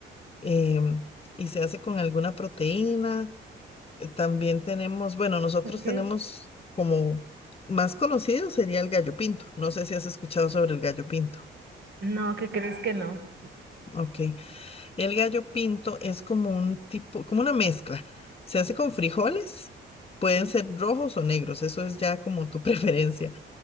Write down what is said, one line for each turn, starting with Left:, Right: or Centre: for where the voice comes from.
Left: em, y se hace con alguna proteína eh, También tenemos, bueno, nosotros
Right: ok.
Left: tenemos como más conocido sería el gallo pinto. No sé si has escuchado sobre el gallo pinto.
Right: No, ¿qué crees que no?
Left: Ok. El gallo pinto es como un tipo, como una mezcla. Se hace con frijoles, pueden ser rojos o negros, eso es ya como tu <laughs> preferencia.